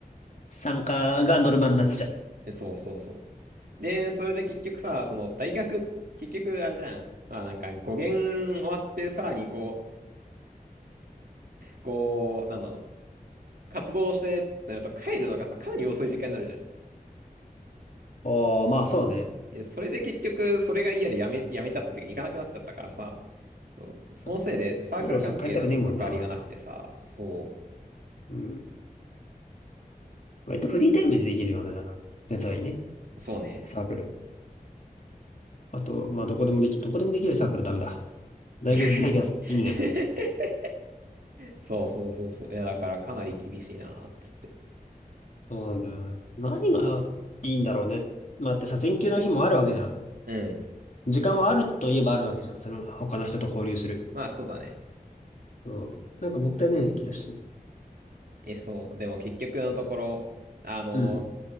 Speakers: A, on the left; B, on the right.
A: 参加がノルマになっちゃう。
B: えそうそうそう。で、それで結局さ、その大学、結局あれじゃん。まあなんか語源終わってさらにこう、こう、なんだろう。活動してってなると帰るのがさ、かなり遅い時間になるじゃん。
A: ああ、まあそうね。
B: え、それで結局それが嫌でやめ、やめちゃったっていうか行かなくなっちゃったからさ。そうそのせいでサークル関係との関わりがなくてさ、
A: あの夜遅く帰りたくねえもんな。
B: そ
A: うん。割とフリータイムでできるようなやつがいいね。
B: う、そうね。
A: サークル。あと、まあどこでもでき、どこでもできるサークルダメだ。大学でなきゃ意味ない。
B: <laughs> そうそうそうそう。いや、だからかなり厳しいな、つって。
A: そうね。何がいいんだろうね。まあだってさ、全休の日もあるわけじゃん。
B: うん。
A: 時間はあるといえばあるわけじゃん。その他の人と交流する。
B: まあ、そうだね。
A: うん。なんかもったいないような気がして。
B: え、そう。でも結局のところ、あの、
A: うん。